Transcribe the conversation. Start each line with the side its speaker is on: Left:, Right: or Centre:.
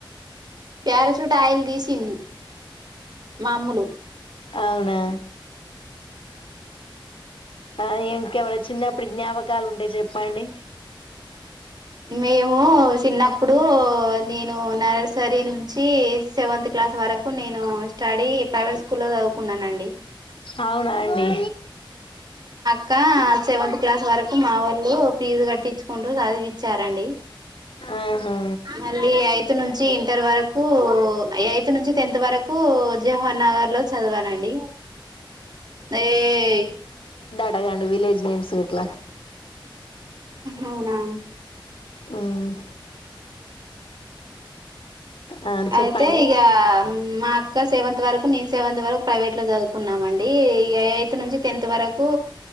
Right: ప్యారాశుట్ ఆయిల్ తీసింది మాములు
Left: అవునా ఆ ఆ ఇంకేమైన చిన్నప్పుడు జ్ఞాపకాలు ఉంటే చెప్పండి.
Right: మేము చిన్నప్పుడూ నేను నర్సరీ నుంచీ సెవన్త్కి క్లాస్ వరకు నేను స్టడీ ప్రైవేట్ స్కూల్లో చదువుకున్నాను అండి. ఓ
Left: అవునా అండి.
Right: ఇకా సెవెంత్ క్లాస్ వరకు మా వాళ్ళు ఫీజు కట్ కట్టిచ్చుకుంటూ చదివిచ్ విచ్చారండి
Left: ఆహా
Right: మళ్ళీ ఎయిథ్ నుంచి ఇంటర్ వరకూ ఎయిట్త్ నుంచి టెన్త్ వరకు జోహోర్ నగర్ లో చదివానండి. ఏయ్
Left: అండ్గా విలేజ్ నెమ్స్ ఇట్లా
Right: అవునా
Left: అవును ఆ చెప్పండి
Right: అయితే ఇక మా అక్క సేవంత్ వరకు నేను సేవంత్ వరకు ప్రైవేట్ లో చదువుకు కున్నామండి ఎయిత్ నుంచి టెన్త్ వరకు